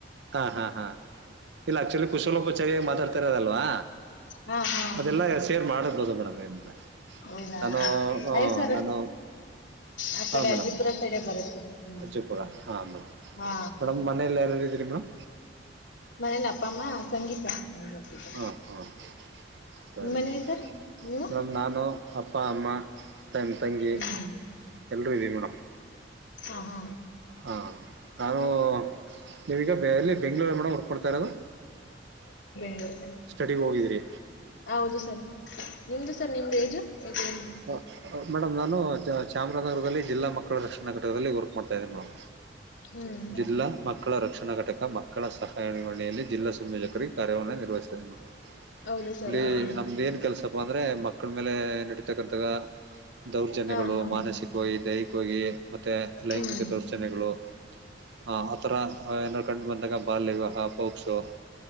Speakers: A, on the right; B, on the left.
A: ಹಾ ಹಾ ಹಾ ಇಲ್ಲ ಆಕ್ಚುಲಿ ಕುಶಲೋಪಚಾರಿಯಾಗ್ ಮಾತಾ ರದಲ್ವಾ
B: ಹಾ ಹಾ
A: ಅದೆಲ್ಲ ಸೇರ್ ಮಾಡ್ಬೋದು ಮೇಡಮ್ ಏನಿಲ್ಲ
B: ಹೌದಾ
A: ನಾನು ಹ
B: ಅದೇ ಸರ್
A: ನಾನು
B: ಆ
A: ಹ
B: ಕಡೆ
A: ಮೇಡಮ್
B: ಅಜ್ಜಿಪುರ ಸೈಡೆ ಬರುತ್ತೆ ಹ್ಮ್
A: ಅಜ್ಜುಪುರ ಹಾ ಹಾ,
B: ಹಾ
A: ಮೇಡಮ್ ಮನೆಲ್ ಯಾರ್ಯಾರ್ ಇದಿರಿ ಮೇಡಂ
B: ಮನೇಲ್ ಅಪ್ಪ ಅಮ್ಮ ತಂಗಿ <unintelligible> ಸರ್ ಹುಟ್ಟಿದ್ದು.
A: ಹಾಂ ಹಾಂ ಸರಿ
B: ನಿಮ್ಮ ಮನೇಲಿ
A: ಮೇಡಮ್,
B: ಸರ್ ನೀವು
A: ನಾನು ಅಪ್ಪ ಅಮ್ಮ ನನ್ ತಂಗಿ
B: ಹ್ಮ್
A: ಎಲ್ರೂ ಇದೀವಿ ಮೇಡಮ್
B: ಹಾ ಹಾ
A: ಹಾ ನಾನೂ ನೀವೀಗ ಎಲ್ಲಿ ಬೆಂಗ್ಳೂರ ಮೇಡಮ್ ವರ್ಕ್ ಮಾಡ್ತಾ ಇರೋದು
B: <unintelligible>
A: ಸ್ಟಡಿಗ್ ಹೋಗಿದ್ರಿ
B: ಹೌದು ಸರ್ ನಿಮ್ದು ಸರ್ ನಿಮ್ದು ಏಜ್ ಏನು
A: ಹ <unintelligible> ನಾನು ಚಾಮರಾಜ್ ನಗರ್ದಲ್ಲಿ ಜಿಲ್ಲಾ ಮಕ್ಕಳ ರಕ್ಷಣಾ ಘಟಕದಲ್ಲಿ ವರ್ಕ್ ಮಾಡ್ತಾ ಇದೀನಿ ಮೇಡಮ್
B: ಹ್ಮ್
A: ಜಿಲ್ಲಾ ಮಕ್ಕಳ ರಕ್ಷಣಾ ಘಟಕ ಮಕ್ಕಳ ಸಹಾಯ ನಿರ್ವಹಣೆಯಲ್ಲಿ ಜಿಲ್ಲಾ ಸಂಯೋಜಕರಾಗ್ ಕಾರ್ಯವನ್ನ ನಿರ್ವಹಿಸ್ತಾಇದಿನಿ ಮೇಡಂ,
B: ಹೌದು ಸರ್
A: ಇಲ್ಲಿ
B: ಹಾ
A: ನಮ್ದ್ ಏನ್ ಕೆಲ್ಸಪ್ಪ ಅಂದ್ರೆ ಮಕ್ಳ ಆಮೇಲೇ ಇರ್ತಕ್ಕಂತ ದೌರ್ಜನ್ಯಗಳು
B: ಹಾ ಹಾ
A: ಮಾನಸಿಕವಾಗಿ ದೈಹಿಕವಾಗಿ ಮತ್ತೆ ಲೈಂಗಿಕ
B: ಹ್ಮ್
A: ದೌರ್ಜನ್ಯಗಳು ಹಾ ಆತರ ಏ ಕಟ್ ಬಂದಾಗ ಬಾಲ್ಯ ವಿವಾಹ - ಪೋಕ್ಸೋ